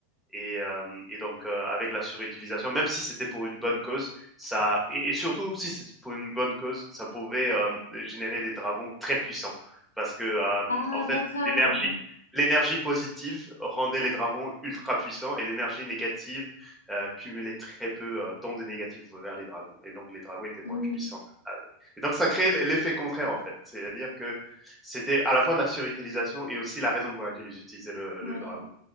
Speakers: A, in the centre; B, on the left.
A: Et, euh, et donc, euh, avec la surutilisation, même si c'était pour une bonne cause, ça et, et surtout si c'était pour une bonne cause, ça pouvait euh, générer des dragons très puissants parce que euh,
B: Ah
A: en fait,
B: d'accord.
A: l'énergie l'énergie positive rendait les dragons ultra puissants et l'énergie négative euh, cumulait très peu euh, d'ondes négatives vers les dragons et donc les dragons étaient moins
B: Hum,
A: puissants. Ah oui. Et donc ça créait l'effet contraire en fait, c'est-à-dire que c'était à la fois de la surutilisation et aussi la raison pour laquelle ils utilisaient le,
B: ouais.
A: le dragon,